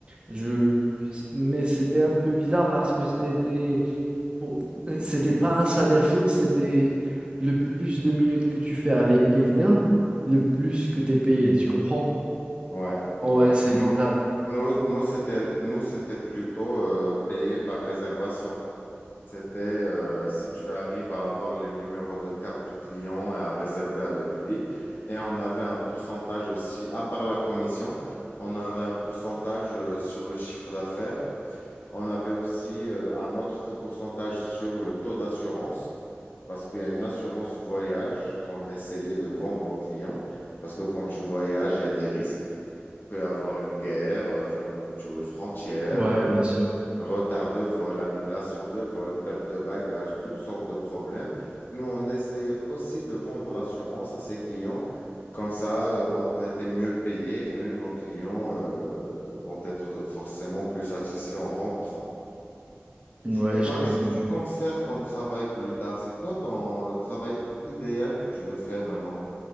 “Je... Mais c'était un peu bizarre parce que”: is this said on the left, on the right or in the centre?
Right